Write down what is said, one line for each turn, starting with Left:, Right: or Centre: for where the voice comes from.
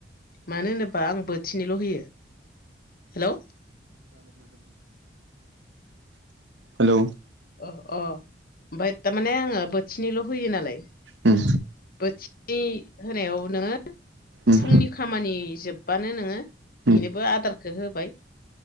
Left: मानो होनोबा आंबो थिनैल' होयो हेल'
Right: हेलौ
Left: अ अ ओमफ्राय थारमाने आङो बोथिननैल' होयो नालाय
Right: उम
Left: बोथिनै होनायाव नोङो
Right: उम
Left: फुंनि खामानि जोब बानो नोङो बेनोबो
Right: उम
Left: आदारखौ होबाय